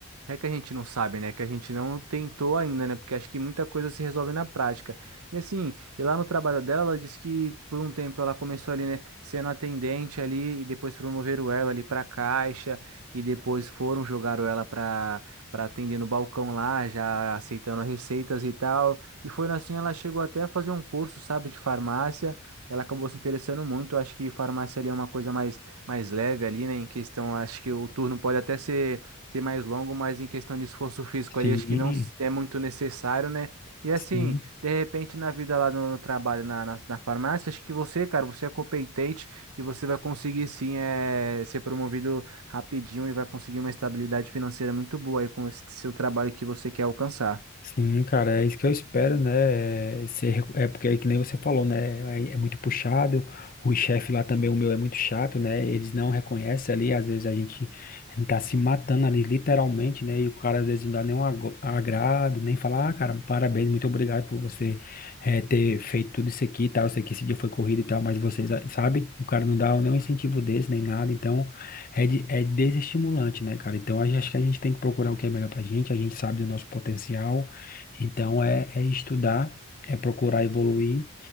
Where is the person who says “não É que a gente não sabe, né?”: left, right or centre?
Right